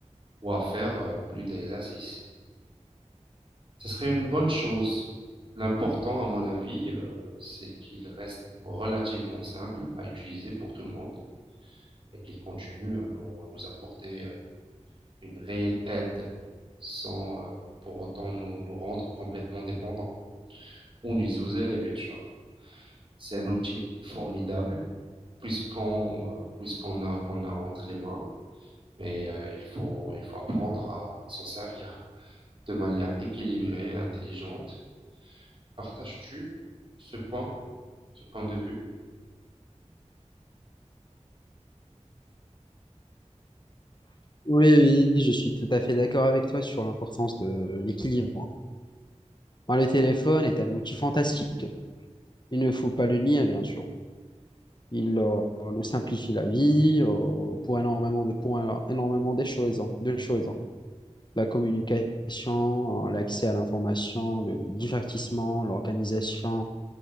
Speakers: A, on the right; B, on the left.
A: ou à faire euh, plus d'exercices. Ce serait une bonne chose. L'important, à mon avis, euh, c'est qu'il reste relativement simple à utiliser pour tout le monde et qu'il continue à nous, à nous apporter euh, une réelle aide sans euh, pour autant nous, nous rendre complètement dépendants. Ou nous aux élèves, bien sûr. C'est un outil formidable puisqu'on euh, puisqu'on a qu'on a entre les mains, mais euh, il faut il faut apprendre à s'en servir de manière équilibrée, intelligente. Partages-tu ce point? ce point de vue
B: Oui, oui, je suis tout à fait d'accord avec toi sur l'importance de l'équilibre. Ben, le téléphone est un outil fantastique. Il ne faut pas le nier, bien sûr. Il euh, nous simplifie la vie euh, pour énormément de, pour un- énormément des choses, hein, de choses. hein. La communication, euh, l'accès à l'information, le divertissement, l'organisation,